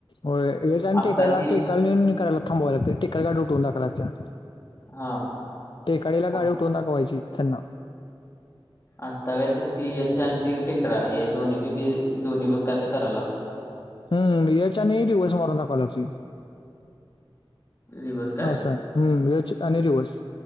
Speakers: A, on the left; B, on the left.
A: हो हे जा
B: आत्ताची
A: टेकायला टिककाला करायला थांबाव लाग टिकाल गा उठवून दाखव लागत
B: हा
A: टेकाडीला
B: आ-
A: गाडी उठवून दाखवायची त्यानं.
B: आत्ता काहीतरी ती याच्या आणि त टेकडा हे दोन्ही पैकी दोन्ही पण काय तर करायला लागते
A: हम्म याच्याने दिवस म्हरो दाखवायलगतोय.
B: इरिव्हर्स
A: असा आहे एच आणि रिवस